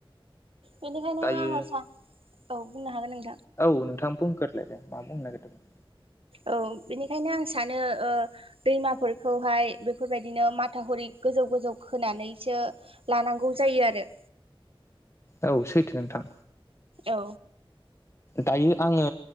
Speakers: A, on the right (about 75°); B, on the left (about 30°).
A: बेनिखायनो
B: दायो
A: आङो सानो औ बुंनो हागोन नोंथां
B: औ नोंथां बुंगोरलाय दे मा बुंनो नागिरदोंमोन
A: औ बेनिखायनो आं सानो ओ दैमाफोरखौहाय बेफोरबायदिनो माथावरि गोजौ गोजौ खोनानैसो लानांगौ जायो आरो
B: औ सैथो नोंथां
A: औ
B: दायो आङो